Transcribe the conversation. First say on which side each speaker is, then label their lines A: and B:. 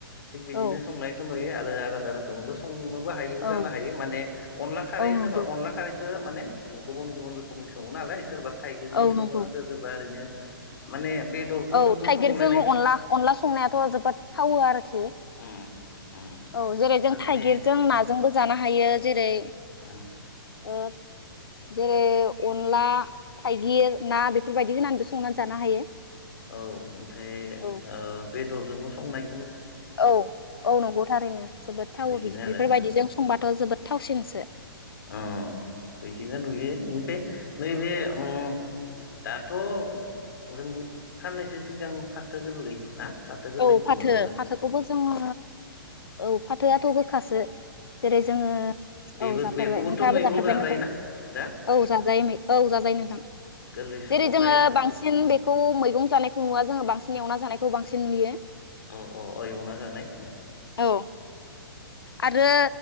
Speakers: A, on the left; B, on the left.
A: थिग बिदिनो
B: औ
A: संनायखौ नुयो आलादा रोखोमबो <unintelligible> हायोबो
B: औ
A: जानो हायो माने अनला खारै
B: औ
A: होनोबा
B: नंगौ
A: अनला खारैखौ <unintelligible> माने गुबुन गुबुन रोखोमनि सङो नालाय सोरबा थाइगिरजों
B: औ
A: सङो
B: नंगौ।
A: सोर जोबा ओरैनो माने बेदरफोरजोंबो
B: औ थाइगिरजों
A: संलायनाय
B: अनला अनला संनायाथ' जोबोद थावो आरोखि औ
A: उम उम
B: औ जेरै जों
A: माने
B: थाइगिरजों नाजोंबो जान <unintelligible> हायो जेरै
A: <unintelligible>
B: ओ जेरै अनला थाइगिर ना बेफोरबायदि
A: उम
B: होनानैबो संनानै जानो हायो
A: औ ओमफ्राय
B: औ
A: ओ बेदरजोंबो संनाय
B: औ औ नंगौ थारैनो जोबोद थाव
A: बिदिनो
B: बेफोरबायदिजों
A: आरो
B: संबाथ' जोबोद थावसिनसो
A: <unintelligible> बेदिनो नुयो इनिफाय नैबे ओम दाथ' जों साननैसो सिगां फाथो गोरलै ना फाथो गोरलैखौ
B: औ फाथो
A: मोनोमोन
B: फाथोखौबो जोङो औ फाथोआथ' <unintelligible> खासो जेरै जोङो
A: बेबो
B: औ जाफेरबाय
A: बेखौबोथ'
B: नोंथाङाबो
A: मैगं
B: जाफेरबाय
A: जाजायोना
B: नोंथां
A: दा
B: औ जाजायै औ जाजायो नोंथां
A: गोरलै समावहाय
B: जेरै जोङो बांसिन
A: औ
B: बेखौ मैगं जानाय <unintelligible> <unintelligible> जों बांसिन एवना जानायखौ <unintelligible> <unintelligible>
A: औ औ एवना जानाय
B: औ आरो